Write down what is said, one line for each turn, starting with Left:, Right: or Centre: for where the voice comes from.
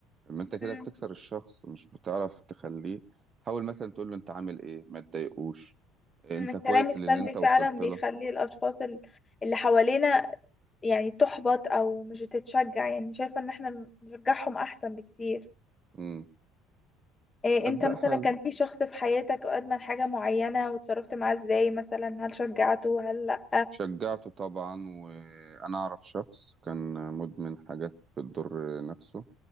Right: ما انت كده
Left: مم.
Right: بتكسر الشخص مش بتعرف تخليه حاول مثلا تقول له انت عامل ايه ما تضايقوش انت
Left: مم. الكلام
Right: كويس
Left: السلبي
Right: للي انت
Left: فعلا
Right: وصلت
Left: بيخلي
Right: له
Left: الاشخاص ال- اللي حوالينا يعني تحبط او مش بتتشجع يعني شايفة ان احنا نشجعهم احسن بكتير
Right: امم
Left: إيه
Right: تبدأ
Left: انت مثلا
Right: حل
Left: كان في شخص في حياتك ادمن حاجة معينة وتصرفت معاه ازاي مثلا هل شجعته هل لأ
Right: شجعته طبعا وانا اعرف شخص كان مدمن حاجات بتضر نفسه